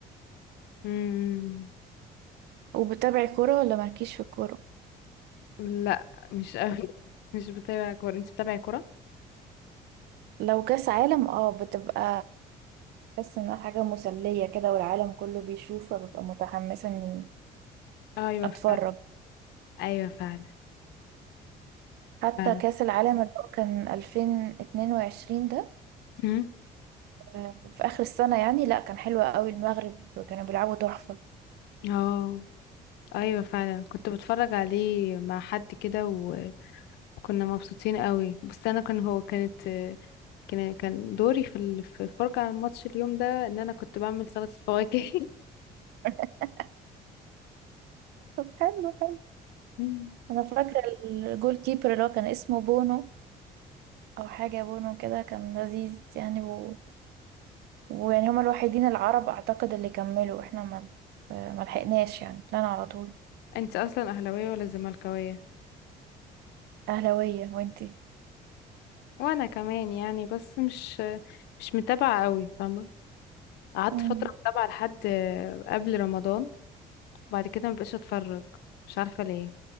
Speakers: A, on the left; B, on the right.
A: قوي
B: وبتابعي كورة ولا مالكيش في الكورة؟
A: لا مش قوي مش بتابع كورة انت بتابعي كورة
B: لو كأس عالم اه بتبقى بحس انها حاجة مسلية كده والعالم كله بيشوف فببقى متحمسة اني
A: ايوه
B: اتفرج
A: فعلا ايوه فعلا
B: حتى
A: فعلا
B: كأس العالم اللي هو كان 2022 ده
A: امم
B: آه، في آخر السنة يعني لا كان حلو قوي المغرب كانوا بيلعبوا تحفة
A: اه ايوه فعلا كنت بتفرج عليه مع حد كده وكنا مبسوطين قوي بس انا كان هو كانت كان كان دوري في ال- في الفرجة على الماتش اليوم ده ان انا كنت بعمل سلطة فواكه <laughs>
B: <laughs> طب حلو حلو
A: مم.
B: انا فاكره الجول كيبر اللي هو كان اسمه بونو او حاجه بونو كده كان لذيذ يعني و... ويعني هما الوحيدين العرب اعتقد اللي كملوا احنا ما ما لحقناش يعني طلعنا على طول
A: انت اصلا اهلاوية ولا زملكاوية
B: اهلاويه وانتي
A: وانا كمان يعني بس مش مش متابعة قوي فاهمة قعدت
B: مم.
A: فترة متابعة لحد قبل رمضان بعد كده مبقاش اتفرج مش عارفة ليه